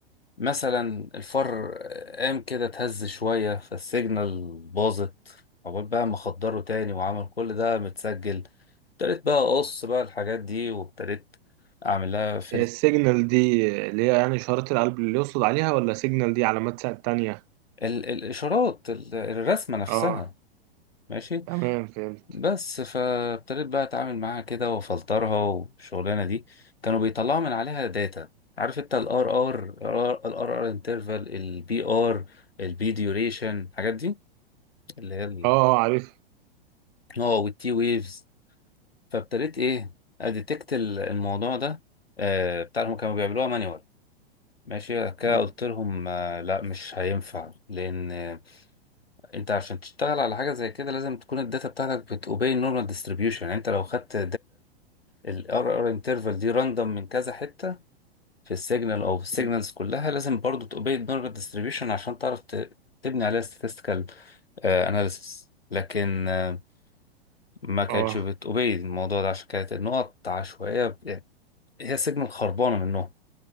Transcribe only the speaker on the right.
السيجنال دي اللي هي يعني إشارة القلب اللي يقصد عليها ولا سيجنال دي علامات سا- تانية؟
اه
تمام فهمت
اه اه عارف
م-
م-
اه